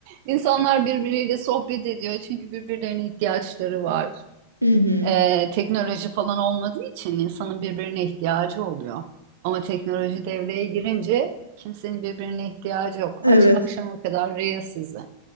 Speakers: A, on the right; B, on the left.
A: İnsanlar birbiriyle sohbet ediyor çünkü birbirlerine ihtiyaçları var.
B: Hı hı.
A: Ee, teknoloji falan olmadığı için insanın birbirine ihtiyacı oluyor. Ama teknoloji devreye girince kimsenin birbirine ihtiyacı yok.
B: Evet.
A: Aç akşama kadar Reels sizi.